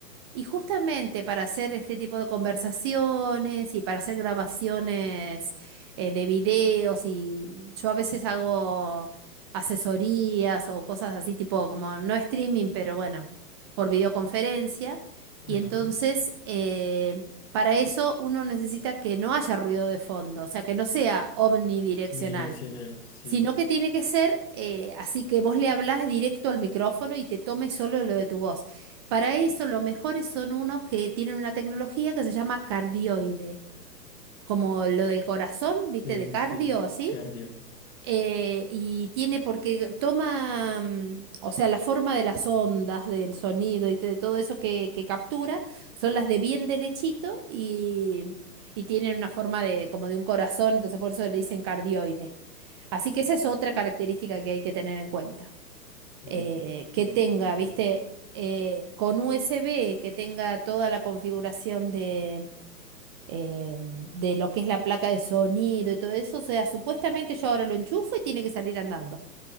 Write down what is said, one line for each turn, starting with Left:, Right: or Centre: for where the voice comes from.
Right: Y justamente para hacer este tipo de conversaciones y para hacer grabaciones eh, de videos y yo a veces hago asesorías o cosas así tipo como no streaming, pero bueno, por videoconferencia. Y
Left: Ajá.
Right: entonces eh, para eso uno necesita que no haya ruido de fondo, o sea, que no sea omnidireccional
Left: Unidireccional, sí,
Right: sino que tiene que ser eh, así que vos le hablás directo al micrófono y te tome solo lo de tu voz. Para eso, los mejores son unos que tienen una tecnología que se llama cardioide, como lo del corazón, ¿viste?
Left: sí,
Right: De cardio,
Left: sí.
Right: así.
Left: Cardio.
Right: eh, y tiene porque toma, mm, o sea, la forma de las ondas, del sonido y de todo eso que, que captura, son las de bien derechito y, y tienen una forma de como de un corazón, entonces por eso le dicen cardioide. Así que esa es otra característica que hay que tener en cuenta.
Left: Wow,
Right: Eh, que
Left: wow,
Right: tenga,
Left: la verdad.
Right: viste, eh, con USB, que tenga toda la configuración de, eh, de lo que es la placa de sonido y todo eso. O sea, supuestamente yo ahora lo enchufo y tiene que salir andando.